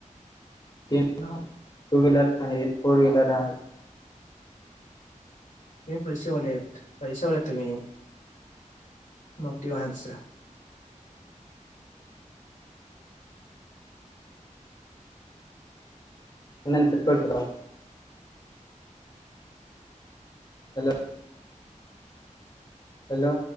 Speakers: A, on the left; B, on the left.
A: तीन
B: हां.
A: टू व्हीलर आहे, फोर व्हीलर आहे.
B: पैसेवालेत, पैसेवालेत तुम्ही मोठी माणसं.
A: नंतर करतो थांब. हॅलो. हॅलो.